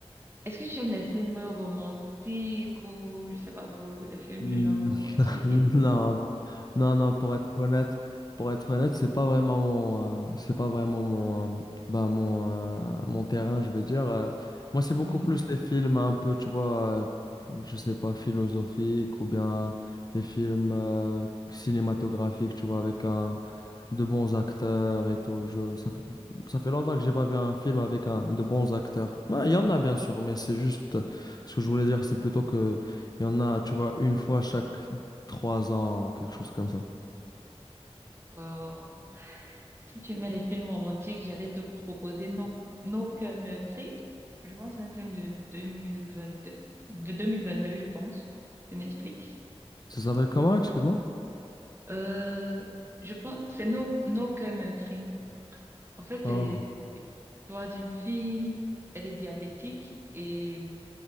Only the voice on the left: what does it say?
Mm,
<laughs>
Non, Non, non, pour être honnête, pour être honnête, c'est pas vraiment mon, euh, c'est pas vraiment mon, euh, bah, mon, euh, mon terrain, je veux dire. euh. moi, c'est beaucoup
plus les films un peu, tu vois, euh, je sais pas, philosophiques ou bien les films euh, cinématographiques, tu vois, avec un, de bons acteurs et tout. Je, ça, fait ça fait longtemps que j'ai pas vu un film avec un, de bons acteurs. Ben, Il y en a, bien sûr, mais c'est juste, ce que je voulais dire, c'est plutôt que il y en a, tu vois, une fois chaque trois ans ou quelque chose comme ça.
Ça s'appelle comment, excuse-moi?
Oh,